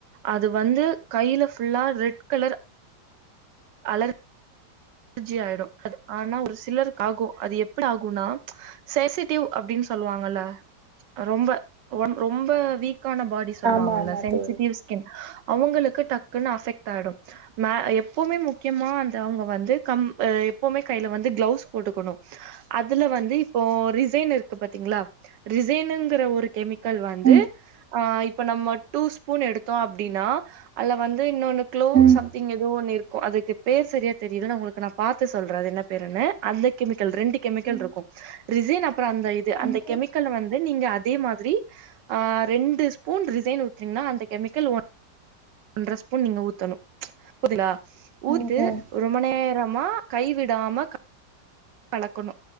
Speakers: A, on the right; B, on the right.
A: அது வந்து கைல ஃபுல்லா ரெட் கலர் அலர் அலர்ஜி ஆயிடு அது ஆனா ஒரு சிலருக்கு ஆகு அது எப்டி ஆகுனா சேசிட்டிவ் அப்டின்னு சொல்லுவாங்கல்ல ரொம்ப ரொம்ப வீக்கான ஃபாடி சொல்வாங்கல்ல
B: ஆமா ஆமா
A: சென்ஸ்சிட்டிவ்
B: தோழி
A: கின் அவுங்களுக்கு டக்குன்னு அஃபெக்ட் ஆயிடு மே எப்வுமே முக்கியமா அந்த அவுங்க வந்து கம் எப்பவுமே கைல வந்து கிளவுஸ் போட்டுக்கணு அதுல வந்து இப்போ ரிசைன் இருக்கு பாத்தீங்களா ரிசைனுங்கற ஒரு கெமிக் கல் வந்து
B: ம்
A: இப்ப நம்ம டூ ஸ்பூன் எடுத்தோ அப்டின்னா அதல வந்து இன்னொன்னு குளோ
B: ம்
A: சம்திங் ஏதோ ஒன்னு இருக்கு அதுக்கு பேர் செரியா தெரில நா உங்களுக் கு நா பாத்து சொல்றே அது என்ன பேருன்னு அந்த கெமிக்கல் ரெண்டு கெமிக்கல்
B: ம்
A: இருக்கு ரிசைன் அப்றோ அந்த இது அந்த
B: ம்
A: கெமிக்கள்ல வந்து நீங்க அதே மாதிரி ஆ ரெண்டு ஸ்பூன் ரிசைன் ஊத்தினிங்கனா அந்த கெமிக்கல் ஒன் ஒன்ற ஸ்பூன் நீங்க ஊத்தணு <unintelligible> ஊத்து
B: ம் ம்
A: ரொம்ப நேரமா கைவிடாம கலக்கணு